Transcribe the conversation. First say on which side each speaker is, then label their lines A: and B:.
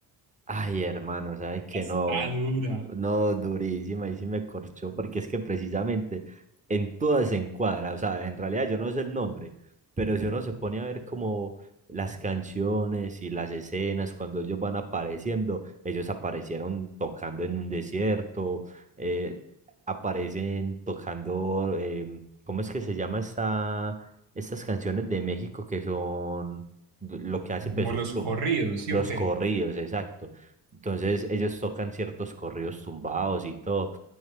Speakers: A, on the right; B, on the right.
A: Ay, hermano, sabes que
B: Está
A: no,
B: dura.
A: no, durísima, y sí me corchó, porque es que precisamente en todas se encuadra, o sea, en realidad yo no sé el nombre, pero si uno se pone a ver como las canciones y las escenas, cuando ellos van apareciendo, ellos aparecieron tocando en un desierto, eh, aparecen tocando, em, ¿cómo es que se llama esta, estas canciones de México que son lo que hace Peso
B: Como los
A: Pluma?
B: corridos, ¿sí
A: Los
B: o qué?
A: corridos, exacto entonces ellos tocan ciertos corridos tumbados y todo.